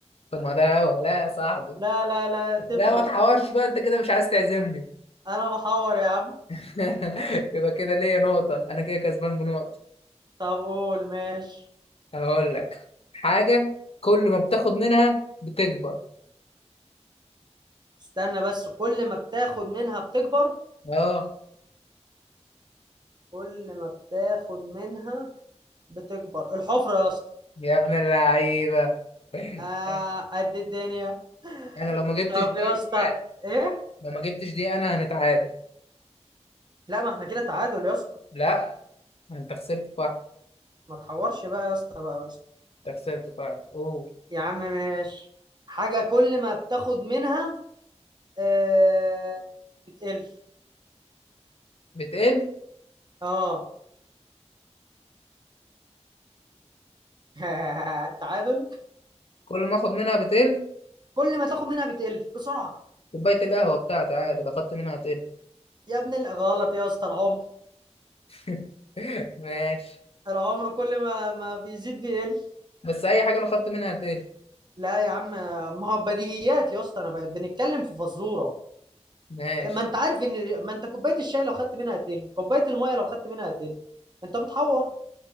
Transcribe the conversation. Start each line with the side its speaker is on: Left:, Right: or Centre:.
Left: طب ما ده هوا لا يا صاحبي
Right: لا لا لا تفرق
Left: لا ما تحورش بقى انت كده مش عايز تعزمني
Right: انا بحور يا عم
Left: <laughs> يبقى كده ليا نقطة أنا كده كسبان بنقطة
Right: طب قول ماشي
Left: هقول لك حاجة كل ما بتاخد منها بتكبر
Right: استنى بس كل ما بتاخد منها بتكبر
Left: أه
Right: كل ما بتاخد منها بتكبر الحفرة يا اسطى
Left: يا ابن اللعيبة <laughs>
Right: آه قد الدنيا <laughs>
Left: أنا لو ما جبتش
Right: طب
Left: دي
Right: يا
Left: هنتعادل
Right: اسطى ايه
Left: لو ما جبتش دي أنا هنتعادل
Right: لا ما احنا كده تعادل يا اسطى
Left: لا أنت خسرت في واحد
Right: ما تحورش بقى يا اسطى بقى يا اسطى
Left: أنت خسرت في واحد قول
Right: يا عم ماشي حاجة كل ما بتاخد منها آه بتقل
Left: بتقل
Right: اه <laughs> تعادل
Left: كل ما آخد منها بتقل
Right: كل ما تاخد منها بتقل بسرعة
Left: كوباية القهوة بتاعتي عادي لو خدت منها هتقل
Right: يا ابن ال- غلط يا اسطى العمر
Left: <laughs> ماشي
Right: العمر كل ما ما بيزيد بيقل
Left: بس أي حاجة لو خدت منها هتقل
Right: لا يا عم ما هو بديهيات يا اسطى انا ب- بنتكلم في فزوره
Left: ماشي
Right: ما انت عارف ان ما انت كوبايه الشاي لو خدت منها هتقل كوبايه الميه لو خدت منها هتقل انت بتحور